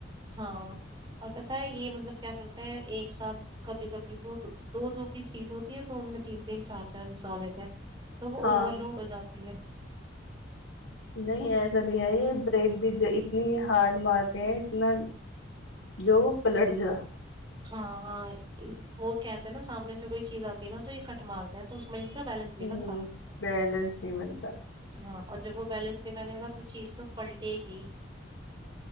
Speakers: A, on the right; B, on the left.
A: ہاں اور پت ہے یہ مطلب کیا کرتا ہیں ایک ساتھ کبھی کبھی تو دو دو کی سیٹ ہوتی ہے تو ان میں تین تین چار چار گسال لیتے ہیں تو وہ
B: ہاں
A: اوور لوڈ ہو جاتی ہے
B: نہیں ایسا بھی ہے یہ بریک بھی اتنی ہارڈ مارتے ہیں اتنا جو پلٹ جا <unintelligible>
A: ہاں ہاں وہ کہتے ہیں نا سامنے سے کوئی چیز آتی ہے نا تو یہ کٹ مارتے ہیں تو میں ان کا بیلنس نہیں
B: ہوں
A: بنتا
B: بیلنس نہیں بنتا <unintelligible>
A: ہاں اور جب وہ بیلنس نہیں میں نے گا تو چیز تو پلٹے گی <unintelligible>